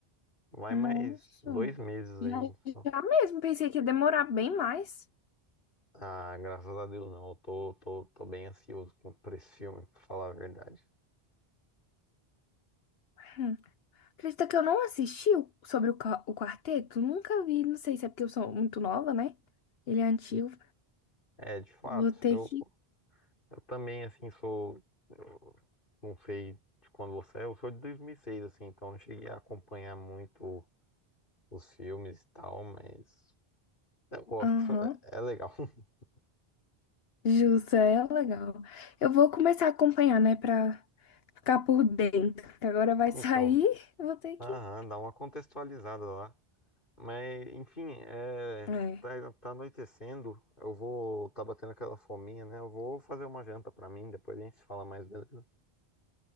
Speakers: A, on the left (about 55°); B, on the left (about 75°).
A: Vai
B: Nossa.
A: mais dois meses
B: já,
A: aí. só.
B: já mesmo. Pensei que ia demorar bem mais.
A: Ah, graças a Deus não. Eu tô, tô, tô bem ansioso com- por esse filme, pra falar a verdade.
B: Hum. Acredita que eu não assisti o- sobre o, ca- o quarteto? Nunca vi. Não sei se é porque eu sou muito nova, né? Ele é antigo.
A: É, de fato,
B: Vou ter
A: eu,
B: que.
A: eu também, assim, sou. Eu não sei de quando você é, eu sou de 2006, assim, então não cheguei a acompanhar muito os filmes e tal, mas eu gosto,
B: Aham.
A: é, é legal. <laughs>
B: Justo, é legal. Eu vou começar a acompanhar, né? Pra ficar por dentro. Que agora vai
A: Então,
B: sair. eu Vou ter que.
A: aham, dá uma contextualizada lá. Mas, enfim, é,
B: É.
A: tá, tá anoitecendo, eu vou. Tá batendo aquela fominha, né? Eu vou fazer uma janta pra mim, depois a gente se fala mais, beleza?